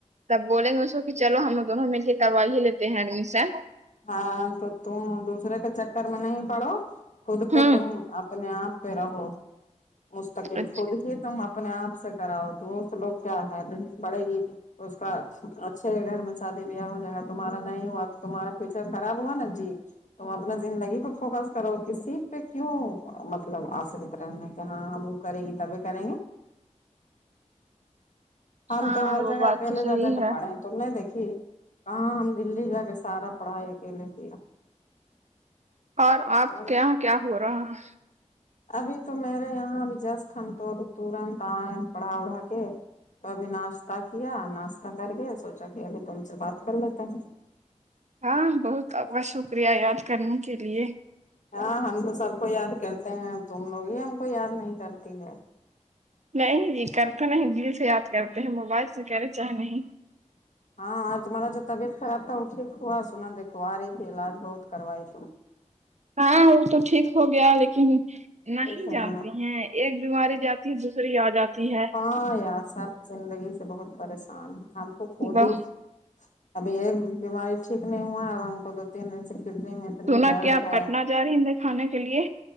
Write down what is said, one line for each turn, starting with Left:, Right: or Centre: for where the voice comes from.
Right: تب بولیں گے اس کو کہ چلو ہم دونوں مل کے کروائی ہی لیتے ہیں ایڈمیشن
Left: ہاں تو تم دوسرے کے چکر میں نہیں پڑو خود پہ
Right: ہوں
Left: تم اپنے آپ پہ رہو مستقل
Right: اچھا
Left: خود ہی تم اپنے آپ سے کراؤ دوست لوگ کیا ہے نہیں پڑے گی اس کا اچھے گھر میں شادی بیاہ ہو جائے گا تمہارا نہیں ہوا تو تمہارا فیچر خراب ہوا نا جی تم اپنا زندگی پہ فوکس کرو کسی پہ کیوں مطلب آشرت رہنا کہ ہاں ہم کرے گی تبھی کریں گے ہم
Right: ہاں
Left: تو ہر
Right: وہ
Left: جگہ
Right: بات
Left: اکیلے
Right: تو صحیح
Left: جا جا کے
Right: ہے
Left: پڑھے تم نے دیکھی کہاں ہم دلی جا کے سارا پڑھائے اکیلے کیا
Right: اور آپ
Left: ہے
Right: کیا کیا ہو رہا ہے
Left: ابھی تو میرے یہاں اب جسٹ ہم تو اب ترنت آئے پڑھا اڑا کے تو ابھی ناشتہ کیا ناشتہ کر گئے سوچا کہ ابھی تم سے بات کر لیتے ہیں
Right: ہاں بہت آپ کا شکریہ یاد کرنے کے لئے
Left: ہاں ہم تو سب کو یاد کرتے ہیں تم لوگ ہی ہم کو یاد نہیں کرتی ہو
Right: نہیں یہ کرتے نہیں دل سے یاد کرتے ہیں موبائل سے کریں چاہے نہیں
Left: ہاں اور تمہارا جو طبیعت خراب تھا وہ ٹیک ہوا سنا دیکو ارہی تھی علاج بہت کروائی تم
Right: ہاں وہ تو ٹھیک ہو گیا لیکن
Left: ٹھیک
Right: نہیں
Left: ہے
Right: جانتے
Left: نا
Right: ہیں ایک بیماری جاتی ہے دوسری آجاتی ہے
Left: ہاں یار سب زندگی سے بہت پریشان ہے ہم کو خود
Right: بہ
Left: ہی ابھی ایک بیماری ٹھیک نہیں ہوا ہے اب ہم کو دو تین دن سے کڈنی میں اتنی
Right: سنا
Left: درد
Right: کیا
Left: ہے
Right: پٹنہ جا رہی ہیں دکھانے کے لئے